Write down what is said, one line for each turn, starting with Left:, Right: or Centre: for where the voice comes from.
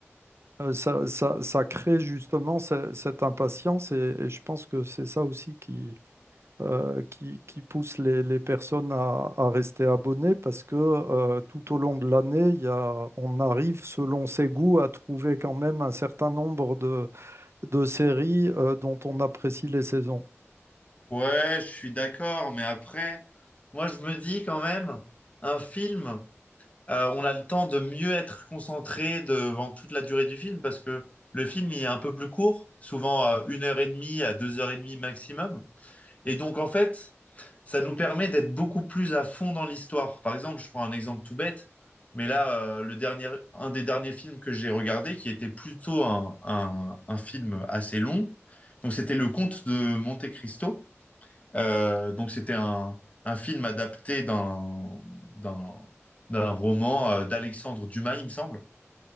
Right: euh, ça, ça- ça crée justement ce- cette impatience et, et je pense que c'est ça aussi qui, euh, qui, qui pousse les, les personnes à, à rester abonnées parce que euh, tout au long de l'année, il y a, on arrive selon ses goûts à trouver quand même un certain nombre de, de séries euh, dont on apprécie les saisons.
Left: Ouais, je suis d'accord, mais après, moi je me dis quand même, un film, euh, on a le temps de mieux être concentré devant toute la durée du film parce que le film il est un peu plus court, souvent euh, une heure et demie à deux heures et demie maximum. Et donc, en fait, ça nous permet d'être beaucoup plus à fond dans l'histoire. Par exemple, je prends un exemple tout bête, mais là, euh, le dernier, un des derniers films que j'ai regardé, qui était plutôt un, un- un film assez long, donc c'était Le Comte de Monte Cristo. Euh, donc c'était un, un film adapté d'un d'un d'un roman euh, d'Alexandre Dumas, il me semble.